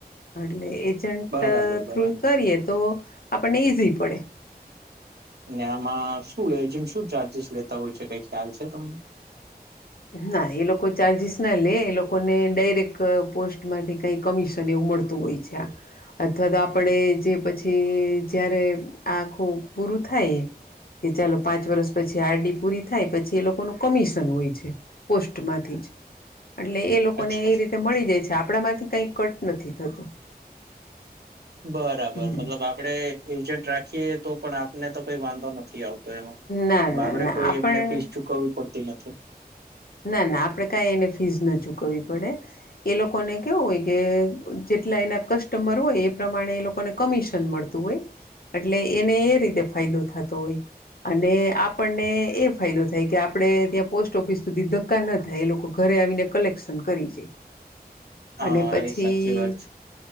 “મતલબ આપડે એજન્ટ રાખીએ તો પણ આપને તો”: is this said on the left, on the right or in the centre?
Right